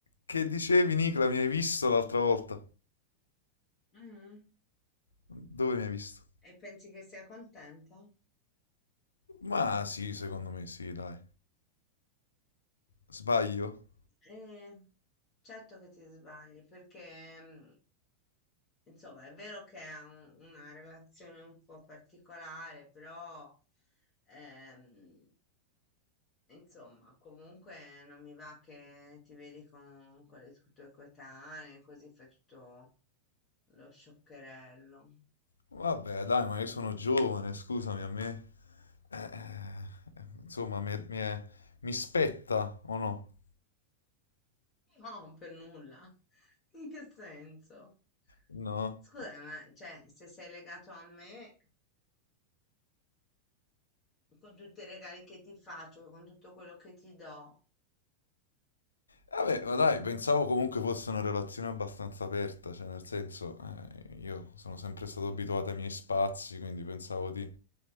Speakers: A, on the left; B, on the left.
A: Che dicevi, Nicola, mi hai visto l'altra volta?
B: Mm.
A: Dove mi hai visto?
B: E pensi che sia contenta?
A: Ma sì, secondo me sì, dai. Sbaglio?
B: Eh, certo che ti sbagli, perché mm, insomma è vero che è un- una relazione un po' particolare, però ehm, insomma comunque non mi va che ti vedi con, con le tue tue coetanee, così fai tutto lo scioccherello.
A: Vabbè, dai, ma io sono giovane, scusami, a me... eh, eh, insomma, mi, mi è- mi spetta, o no?
B: No, per nulla. <laughs> In che senso?
A: No?
B: Scusa, ma cioè, se sei legato a me. con tutti i regali che ti faccio, con tutto quello che ti do.
A: Vabbè, ma dai, pensavo comunque fosse una relazione abbastanza aperta, cioè nel senso, eh, io sono sempre stato abituato ai miei spazi, quindi pensavo di,